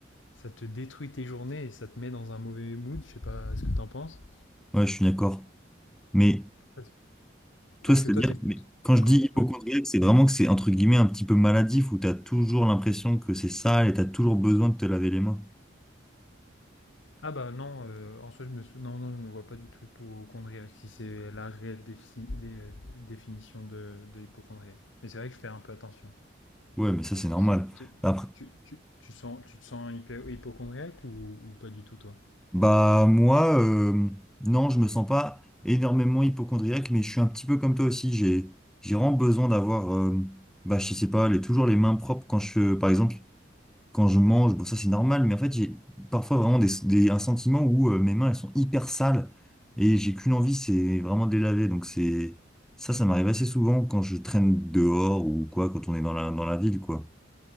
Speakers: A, on the left; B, in the centre.
A: ça te détruit tes journées et ça te met dans un mauvais mood. Je sais pas ce que t'en penses.
B: Ouais, je suis d'accord. Mais
A: Parce
B: toi,
A: parce
B: c'est-à-dire,
A: que toi, t'es plutôt.
B: mais quand je
A: comme-
B: dis hypocondriaque, c'est vraiment que c'est entre guillemets un petit peu maladif où tu as toujours l'impression que c'est sale et tu as toujours besoin de te laver les mains.
A: Ah bah non, euh, en soi, je me sou- non, non, je me vois pas du tout hypochondriaque, si c'est la réelle défi- dé- euh, définition de, de hypochondriaque. Mais c'est vrai que je fais un peu attention.
B: Ouais, mais ça, c'est normal.
A: Parce que tu,
B: Après,
A: tu- tu- tu sens, tu te sens hypo- hypochondriaque ou, ou pas du tout, toi?
B: Bah moi, euh, non, je me sens pas énormément hypocondriaque, mais je suis un petit peu comme toi aussi. J'ai, j'ai vraiment besoin d'avoir, euh, bah je sais pas, les, toujours les mains propres quand je, par exemple, quand je mange. Bon, ça c'est normal, mais en fait j'ai parfois vraiment des, des- un sentiment où euh, mes mains elles sont hyper sales et j'ai qu'une envie, c'est vraiment de les laver. Donc c'est ça, ça m'arrive assez souvent quand je traîne dehors ou quoi, quand on est dans la dans la ville quoi.